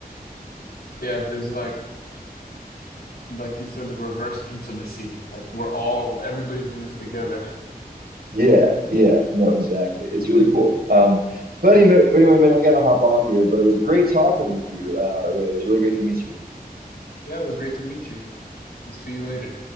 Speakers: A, on the left; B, on the right.
A: Yeah, there's like, like you said, the reverse intimacy. Like we're all, everybody's in this together. <laughs>
B: Yeah, yeah, no, exactly. It's really cool. Um, but anyway, anyway, man, I gotta hop off here. But it was great talking with you, uh, Ray. It was really great to meet you.
A: Yeah, it was great to meet you. I'll see you later.